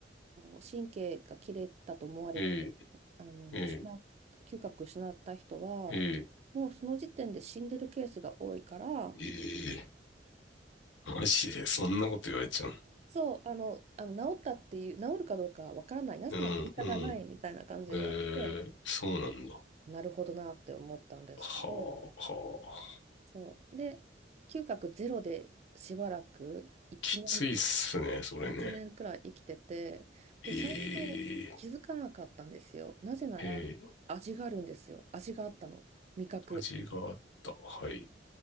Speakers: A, on the right (about 40°); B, on the left (about 85°).
A: の神経が切れたと思われて、
B: え
A: あの失っ嗅覚失った人は
B: えええーえーえ
A: もうその時点で死んでるケースが多いから
B: ーえーマジで、そんなこと言われちゃう。
A: そうあの、あの治ったっていう治るかどうかわからないなぜならデータがないみたいな感じで言われて
B: うん、うん、ええ、そうなんだ。は
A: なるほどなって思ったんですけど
B: あ、はあ。
A: そうで嗅覚ゼロでしばらく1年、
B: きついっすね、それね。
A: 一年くらい生きててで最初気づかなかったんですよなぜなら味があるんですよ味があったの味覚
B: ええ、ええ、味があった。はい。